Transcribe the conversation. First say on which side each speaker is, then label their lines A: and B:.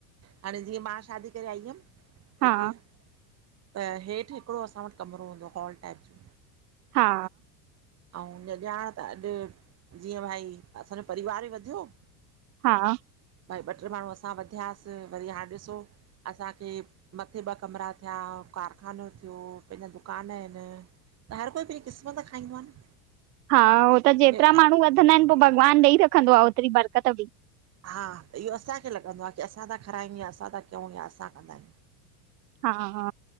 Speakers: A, on the right; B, on the right.
A: हाणे जीअं मां शादी करे आई हुयमि हिते
B: हा
A: त हेठि हिकिड़ो असां वटि कमिरो हूंदो हुयो हॉल टाइप जो।
B: हा
A: ऐं न ॼाण त अॼु जीअं भाई असांजो परिवार ॿ वधियो
B: हा
A: भई ॿ ट्रे माण्हू असां ॿ वधियासीं, वरी हाणे ॾिसो असांखे मथे ॿ कमरा थिया, कारखानो थियो, पंहिंजा दुकान आहिन। त हर कोई पहिरीं क़िस्मत खाईंदो आ न।
B: हा हो त जेतिरा
A: हे
B: माण्हू वधंदा आहिन, पो भॻवानु ॾेई रखंदो आ ओतिरी बरकत बि।
A: हा त इहो असांखे लॻंदो आ कि असां था खारायूं या असां था कयूं या असां कंदा आहियूं।
B: हा हा